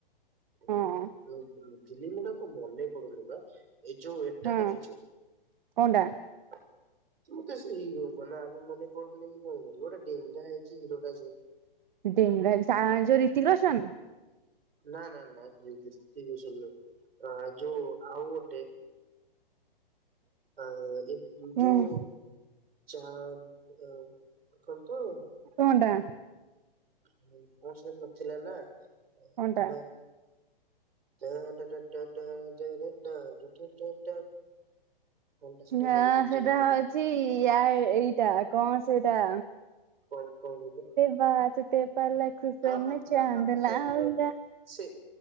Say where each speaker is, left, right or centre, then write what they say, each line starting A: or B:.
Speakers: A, on the right; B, on the right.
A: <unintelligible>
B: ହଁ
A: ଫିଲ୍ମ ଗୁଡାକ ମନେ ପଡୁନି ବା ଏ ଯୋଉ ଏ ଟା
B: ହଁ
A: ଦେଖିଛୁ।
B: କଣଟା
A: <unintelligible> ସେ ହିରୋଙ୍କ ନା ବି ମନେ <unintelligible> କଁ କରିବୁ ଗୋଟା ଡେଙ୍ଗା ହେଇକି ହିରୋଟା ଯେ
B: ଡେଙ୍ଗା ହେଇ ସା ଯୋ ରିତିକ ରୋଶନ?
A: ନା ନା ନା ହ୍ରି ହ୍ରିତିକ ରୋଶନ ନୁହଁ ଆ ଯୋଉ ଆଉ ଗୋଟେ। ଆ ଏ
B: ହୁଁ
A: ଯୋଉ ଚାନ୍ଦ କଣ ତ
B: କଣ ଟା?
A: ଉମ <unintelligible> ନଥିଲା ନା
B: କଣଟା?
A: ଆ ଟାଁ ଟା ଟାଟା ଟାରେ ଟାରେ ଟାଁ ଟା ଟାଟା ଟା। କଣଟା ସେଟା
B: ହାଁ
A: ମନେ ପଡୁନି
B: ସେଇଟା
A: ସେ ଗୀତଟା।
B: ହଉଛି ୟା ଏଇଟା କଣ ସେଇଟା।
A: ଉମ କଣ କହିଲୁ?
B: <unintelligible> ତେ ପା ଲାଇଖୁ ସେ
A: ହଁ ହଁ
B: ମେ
A: ହଁ
B: ଚାନ୍ଦ
A: ହଁ ହଁ ସେ
B: ଲାଉଙ୍ଗା,
A: ହିରୋ ସେ